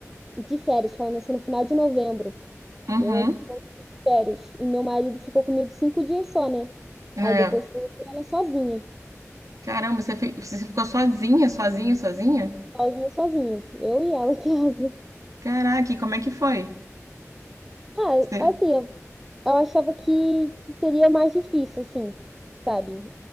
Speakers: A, in the centre; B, on the right.
A: de férias, que ela nasceu no final de novembro.
B: Uhum.
A: Minha mãe férias. E meu marido ficou comigo cinco dias só, né?
B: É.
A: Aí depois foi eu com ela sozinha.
B: Caramba, você, fi- você ficou sozinha, sozinha, sozinha?
A: Sozinha, sozinha. Eu e ela <laughs> em casa.
B: Caraca, e como é que foi?
A: Ah,
B: Você...
A: assim, eu, eu achava que seria mais difícil, assim, sabe?